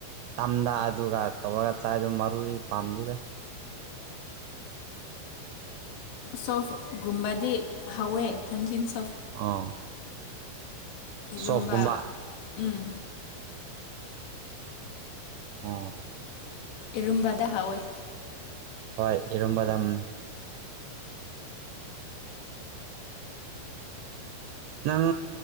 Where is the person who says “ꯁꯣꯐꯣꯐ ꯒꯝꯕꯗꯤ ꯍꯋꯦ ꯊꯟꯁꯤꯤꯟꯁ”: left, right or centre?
Left